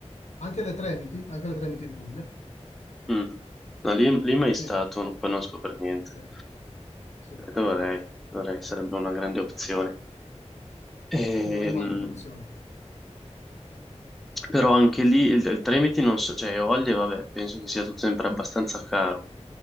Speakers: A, on the left; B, in the centre.
A: Anche le Tremiti, anche le Tremiti in Puglia.
B: Mm. No, lì, lì mai
A: Sì,
B: stato, non conosco per niente.
A: eh, sì,
B: Eh, Dovrei, dovrei, sarebbe una grande opzione. Ehm,
A: sì, non è male come opzione.
B: però anche lì il, il Tremiti non so, cioè Olie, vabbè, penso che sia tutto sempre abbastanza caro.